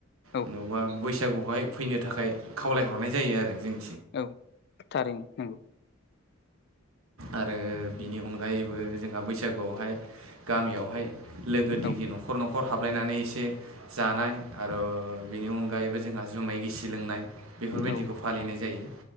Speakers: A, on the left; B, on the right.
A: औ
B: जेन'बा बैसागुहाय फैनो थाखाय खावलायहरनाय जायो आरो जों।
A: औ थारैनो नोंगौ।
B: आरो बिनि अनगायैबो जोंहा बैसागुआवहाय गामियावहाय लोगो दिगि
A: औ
B: न'खर न'खर हाबलायनानै एसे जानाय आर' बिनि अनगायैबो जोंहा जुमाय गिसि लोंनाय। बेफोरबायदिखौ
A: औ
B: फालिनाय जायो